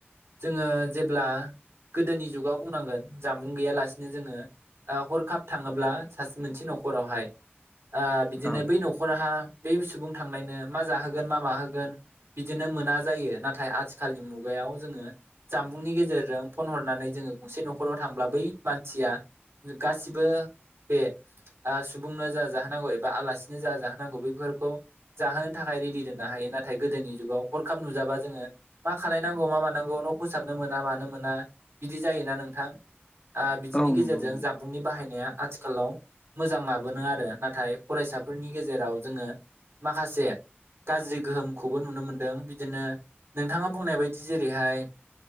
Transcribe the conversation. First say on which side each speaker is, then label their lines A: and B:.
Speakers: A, on the right; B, on the left.
A: जोङो जेब्ला। गोदोनि जुगाव बुंनांगोन जानबुं गैयालासिनो जोङो ओ हरखाब थाङोब्ला सास मोनसे न'खरावहाय ओ बिदिनो
B: औ
A: बै न'खरहा बै सुबुं थांनायनो मा जाहोगोन मा माहोगोन बिदिनो मोना जायो नाथाय आथिखालनि मुगायाव जोङो जामबुंनि गेजेरजों फन हरनानै जोङो गंसे न'खराव थांब्ला बै मानसिया गासिबो बे ओ सुबुंनो जा जाहोनांगौ एबा आलासिनो जा जाहोनांगौ बैफोरखौ जाहोनो थाखाय रेडि दोननो हायो नाथाय गोदोनि जुग हरखाब नुजाबा जोङो मा खालायनांगौ मा मानांगौ न' फोसाबनो मोना मानो मोना बिदि जायो। नोंथां ओ बिदिनि
B: औ
A: गेजेरजों
B: नंगौ नंगौ
A: जामबुंनि बाहायनाया आथिखालाव मोजां आबोनो आरो नाथाय फरायसाफोरनि गेजेराव जोङो माखासे गाज्रि गोहोमखौबो नुनो मोन दों बिदिनो नोंथाङा बुंनाय बायदि जेरैहाय